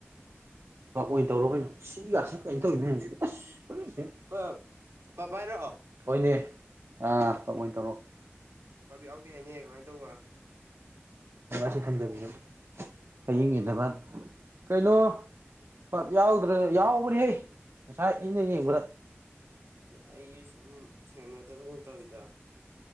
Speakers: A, on the right (about 65°); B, on the right (about 80°).
A: ꯄ ꯑꯣꯏꯅ ꯇꯧꯔꯅꯣ ꯁꯤꯒꯁꯤ ꯀꯩꯅꯣ ꯇꯧꯋꯤ ꯃꯌꯥꯝꯁꯤ ꯑꯁ
B: ꯄꯞ ꯄꯞ ꯍꯥꯏꯔꯛꯑꯣ
A: ꯍꯣꯏꯅꯦ ꯑꯥ ꯀꯃꯅ ꯇꯧꯔꯣ
B: ꯄꯥꯕ ꯌꯥꯎꯗꯤꯦ ꯍꯥꯏꯅꯦ ꯀꯃꯥꯏꯅ ꯇꯧꯕ
A: ꯁꯨ ꯊꯝꯖꯕ ꯍꯌꯦꯡ ꯏꯗꯚꯜ ꯀꯩꯅꯣ ꯄꯞ ꯌꯥꯎꯗ꯭ꯔꯦ ꯌꯥꯎꯕ꯭ꯔꯍꯦ ꯉꯁꯥꯏ ꯑꯩꯅ ꯌꯦꯡꯕ꯭ꯔꯥ
B: ꯑꯩ ꯁꯨꯝ ꯁꯦꯅꯗꯕꯒꯨꯝ ꯇꯧꯋꯤꯗ